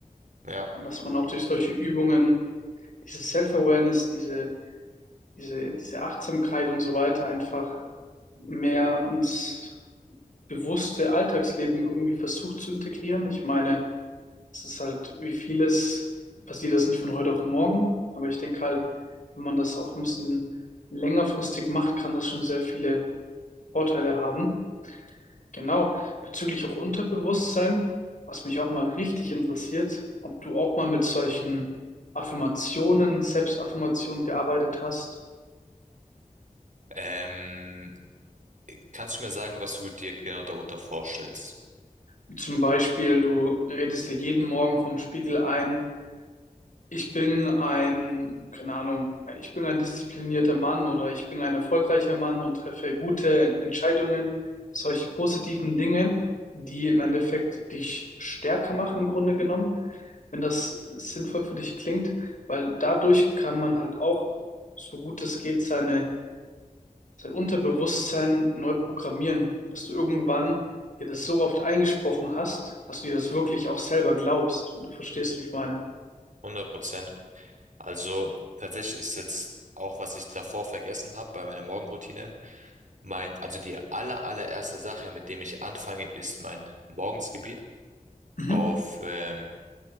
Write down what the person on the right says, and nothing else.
Ja.
Ähm, kannst du mir sagen, was du dir genau darunter vorstellst?
100 Prozent. Also tatsächlich ist jetzt auch, was ich davor vergessen habe bei meiner Morgenroutine, mein, also die aller, allererste Sache, mit dem ich anfange, ist mein Morgensgebet
auf ähm,